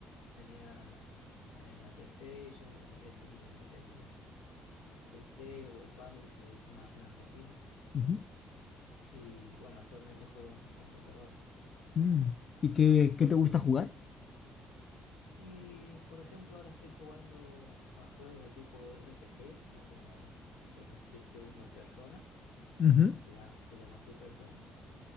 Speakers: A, on the left; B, on the left.
A: Tenía eh, la PlayStation, el- he tenido el, el- el Sega o el Family que le decimos acá en Argentina.
B: ujú.
A: Y bueno, actualmente juego en computadora.
B: Mm. ¿Y qué, qué te gusta jugar?
A: Y por ejemplo, ahora estoy jugando a juegos de tipo RPG, que son como, por decirte uno, al Persona,
B: Ujú.
A: se llama, se llama así Persona.